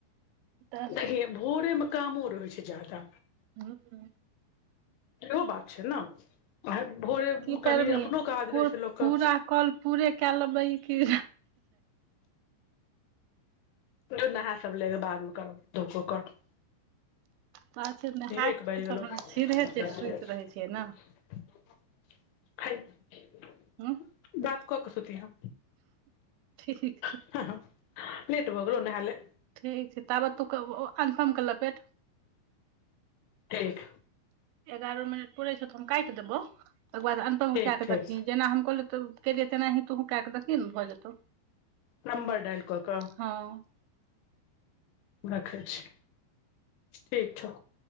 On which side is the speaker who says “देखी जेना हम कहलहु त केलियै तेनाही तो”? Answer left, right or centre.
Right